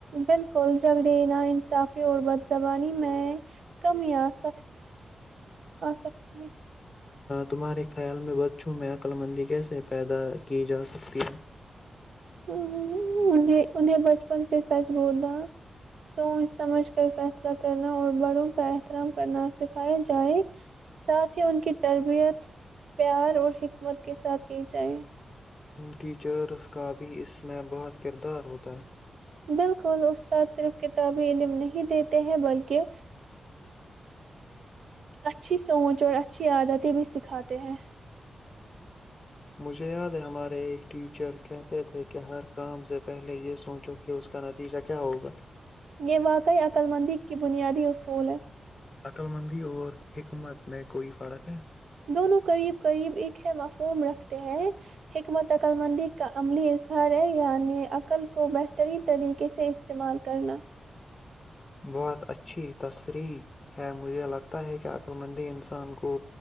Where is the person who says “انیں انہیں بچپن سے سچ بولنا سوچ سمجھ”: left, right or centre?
Right